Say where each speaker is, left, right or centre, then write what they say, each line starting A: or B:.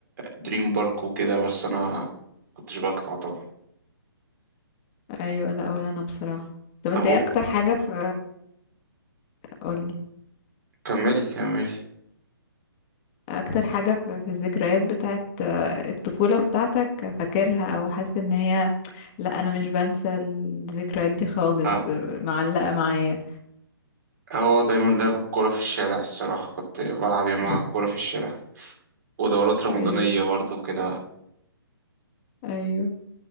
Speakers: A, on the right; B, on the left.
A: دريم بارك وكده بس انا كنتش بطلع طبعا
B: ايوه لا ولا انا بصراحه طب
A: طب
B: انت
A: و-
B: ايه اكتر حاجه في قولي
A: كملي كملي
B: اكتر حاجه في في الذكريات بتاعت آه، الطفوله بتاعتك فاكرها او حاسس ان هي لا انا مش بنسى الذكريات دي خالص
A: أه
B: آه، معلقه معايا
A: هو دايما لعب الكورة في الشارع الصراحة كنت بلعب ياما
B: <laughs>
A: كورة في الشارع ودورات رمضانية
B: ايوه
A: برضو كده
B: ايوه